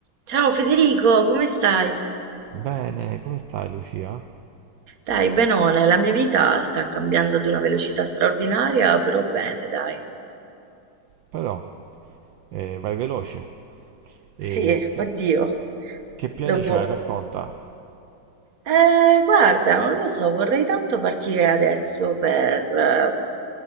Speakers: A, on the right (about 45°); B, on the right (about 70°).
A: Ciao Federico, come stai?
B: Bene, come stai Lucia?
A: Dai, benone, la mia vita sta cambiando ad una velocità straordinaria, però bene, dai.
B: Però, eh, vai veloce. E
A: Sì,
B: che,
A: oddio.
B: che piani
A: Dopo...
B: c'hai? Racconta.
A: Eh, guarda, non lo so, vorrei tanto partire adesso per, eh,